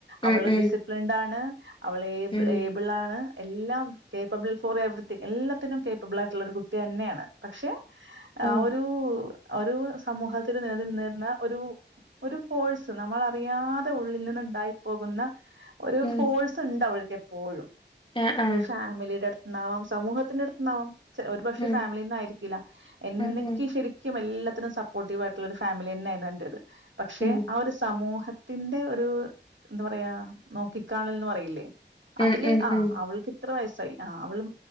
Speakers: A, on the left; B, on the right.
A: ഉം
B: അവള്
A: ഉം
B: ഡിസിപ്ലിൻഡ് ആണ്. അവള് ഏബിൾ
A: ഉം
B: ഏബിളാണ്. എല്ലാം കേപ്പബിൾ ഫോർ എവരിതിങ് എല്ലാത്തിനും കേപ്പബിൾ ആയിട്ടുള്ള ഒരു കുട്ടി തന്നെയാണ് പക്ഷെ ആഹ്
A: ഉം
B: ഒരു ഒരു സമൂഹത്തിൽ നിലനിന്നിരുന്ന ഒരു ഒരു ഫോഴ്സ് നമ്മളറിയാതെ ഉള്ളിൽ നിന്ന് ഉണ്ടായി പോകുന്ന ഒരു
A: ഉം
B: ഫോഴ്സ് ഉണ്ട് അവൾക്ക് എപ്പോഴും
A: ആഹ് ആഹ്
B: ഒരു ഫാമിലിയുടെ അടുത് ന്നാവാം സമൂഹത്തിന്റെ അടുത്ത് നിന്നാവാം ചില ഒരു പക്ഷെ
A: ഉം
B: ഫാമിലിന്ന് ആയിരി ക്കില്ല എന്നിക്ക്
A: ഉം ഉം
B: ശരിക്കും എല്ലാത്തിനും സപ്പോർട്ടീവ് ആയിട്ടുള്ള ഒരു ഫാമിലി തന്നെയായിരുന്നു എന്റേത്. പക്ഷെ
A: ഉം
B: ആഹ് ഒരു സമൂഹത്തിന്റെ ഒരു എന്താ പറയാ നോക്കിക്കണല്ന്ന് പറയില്ലേ.
A: ഉം
B: അതില്
A: ഉം
B: ആഹ്
A: ഉം
B: അവൾക്ക് എത്ര വയസ്സായി ആഹ് അവള്